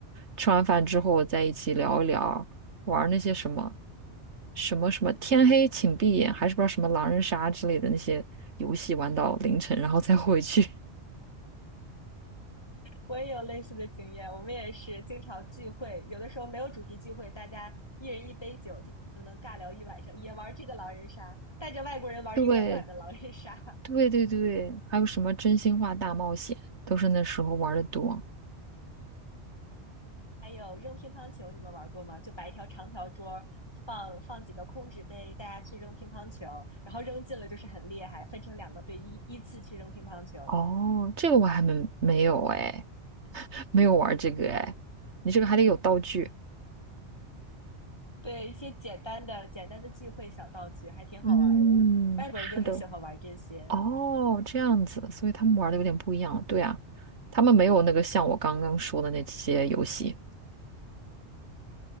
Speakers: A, on the right; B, on the left.
A: 吃完饭之后在一起聊一聊，玩儿那些什么什么什么天黑请闭眼，还是不知道什么狼人杀之类的那些游戏，玩到凌晨，然后再回去。<laughs>
B: 我也有类似的经验，我们也是经常聚会，有的时候没有主题聚会，大家一人一杯酒就就能尬聊一晚上，也玩这个狼人杀，带着外国人玩英文版的狼人杀，
A: 对对对对，还有什么真心话大冒险，都是那时候玩的多。
B: <laughs> 还有扔乒乓球，你们玩过吗？就摆一条长条桌，放放几个空纸杯，大家去扔乒乓球，然后扔进了就是很厉害，分成两个队依依次去扔乒乓球。
A: 哦，这个我还没没有哎，<laughs> 没有玩这个哎，你这个还得有道具。
B: 对，一些简单的简单的聚会小道具还挺好玩的，
A: 嗯，
B: 外国人就很喜欢玩这些。
A: 是的，哦，这样子，所以他们玩的有点不一样。对啊，他们没有那个像我刚刚说的那些游戏。